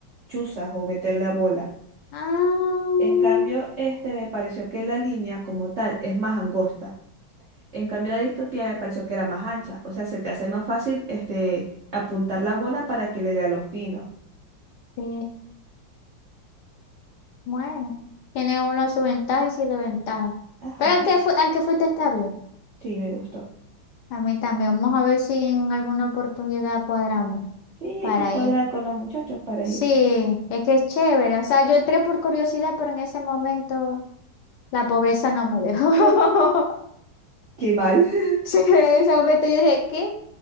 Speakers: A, on the right; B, on the left.
A: chuzas o meter la bola.
B: Ah,
A: En cambio, este me pareció que la línea como tal es más angosta. En cambio, la distopía me pareció que era más ancha. O sea, se te hace más fácil este, apuntar la bola para que le dé a los pinos.
B: sí. Bueno, tiene uno su ventaja y su desventaja.
A: Ajá,
B: Pero al que, fui- al que fuiste está bien.
A: sí, me gustó.
B: A mí también. Vamos a ver si en alguna oportunidad cuadramos
A: Sí,
B: para
A: hay que cuadrar
B: ir.
A: con los muchachos para
B: Sí,
A: ir.
B: es que es chévere. O sea, yo entré por curiosidad, pero en ese momento la pobreza no me dejó. <laughs>
A: Ah, Qué mal. <laughs>
B: Sí, en ese momento yo dije, ¿qué?